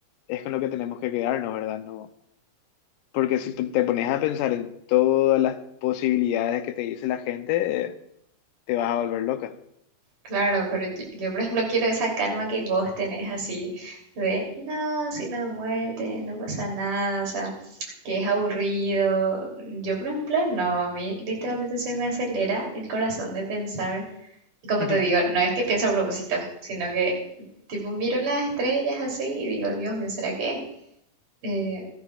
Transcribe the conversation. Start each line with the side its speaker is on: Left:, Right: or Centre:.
Left: es con lo que tenemos que quedarnos, ¿verdad? No, porque si te te pones a pensar en todas las posibilidades que te dice la gente, eh, te vas a volver loca.
Right: Claro, pero yo, yo, por ejemplo quiero esa calma que vos tenés así de, no, sin la muerte, no pasa nada, o sea, que es aburrido. Yo, por ejemplo, no, a mí literalmente se me acelera el corazón de pensar Y como
Left: <laughs>
Right: te digo, no es que pienso a propósito, sino que tipo miro las estrellas así y digo, Dios mío, ¿será que eh,